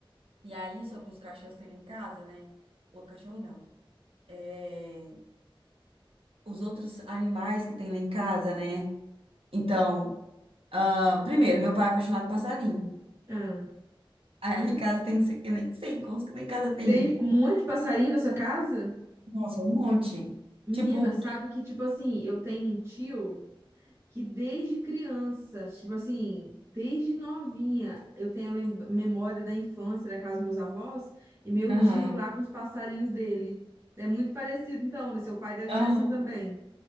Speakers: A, on the right; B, on the right.
A: E aí, sobre os cachorros que tem lá em casa, né? O cachorro não. É, os outros animais que tem lá em casa, né? Então, ah, primeiro, meu pai é apaixonado por passarinho.
B: Ah,
A: Aí lá em casa tem, eu nem sei quantos que lá em casa tem.
B: Tem um monte de passarinho na sua casa?
A: Nossa, um monte.
B: Menina,
A: Tipo,
B: sabe que, tipo assim, eu tenho um tio. que desde criança, tipo assim, desde novinha, eu tenho a lem- memória da infância da casa dos meus avós e meu
A: aham,
B: tio lá com os passarinhos dele. É muito parecido, então, né? Seu pai deve
A: aham.
B: ser assim também.